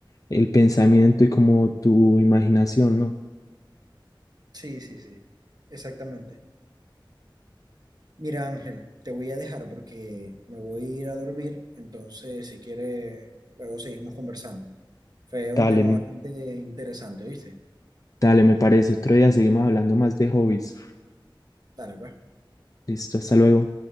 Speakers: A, on the left (about 45°); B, on the right (about 50°).
A: el pensamiento y como tu imaginación, ¿no?
B: Sí, sí, sí. Exactamente. Mira, Ángel, te voy a dejar porque me voy a ir a dormir. Entonces, si quieres, luego seguimos conversando. Fue un
A: Dale,
B: tema
A: m-
B: bastante interesante, ¿viste?
A: dale, me parece. Otro día seguimos hablando más de hobbies.
B: Dale, pues.
A: Listo, hasta luego.